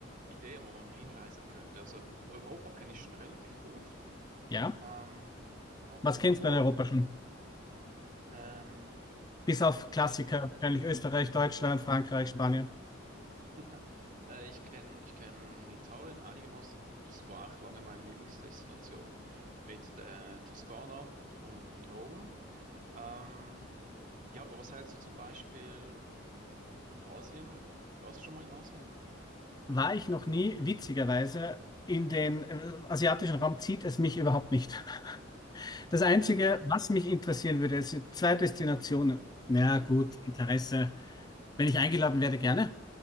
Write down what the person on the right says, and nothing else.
Ideen, wo man hinreisen könnte. Also Europa kenne ich schon relativ gut,
ähm, aber
wo?
Ähm,
Ita
<laughs> äh, ich kenne, ich kenne Italien einigermaßen gut. Das war auch lange meine Lieblingsdestination mit der Toskana und und Rom. Ähm, ja, aber was hältst du zum Beispiel? Und Asien, warst du schon mal in Asien?
Ah, eben.
Mhm.